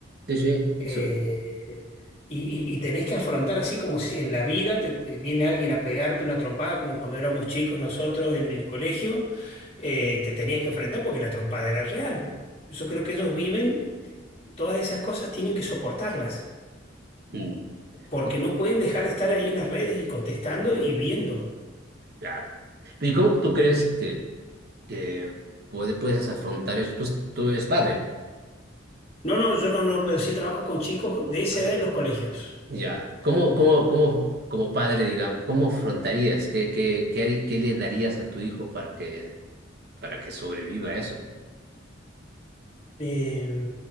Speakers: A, on the right; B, on the left.
A: sí, sí,
B: Eh,
A: eso.
B: y, y- y tenés que afrontar así como si en la vida te, te viene alguien a pegarte una trompada, como cuando éramos chicos nosotros en el colegio, eh, y te tenías que enfrentar porque la trompada era real. Yo creo que ellos viven, te- todas esas cosas tienen que soportarlas,
A: mm,
B: porque
A: y-
B: no pueden dejar de estar ahí en las redes y contestando y viendo.
A: claro. ¿Y cómo tú crees que, que puede- puedes afrontar eso? Tú, tú eres padre.
B: No, no, yo no, no, pero sí trabajo con chicos de esa
A: Ah,
B: edad
A: ya.
B: en los colegios.
A: Ya. ¿Cómo, cómo, cómo, como padre, digamos, cómo afrontarías? ¿Qué, qué, qué, harí- qué le darías a tu hijo para que para que sobreviva a eso,
B: Eh,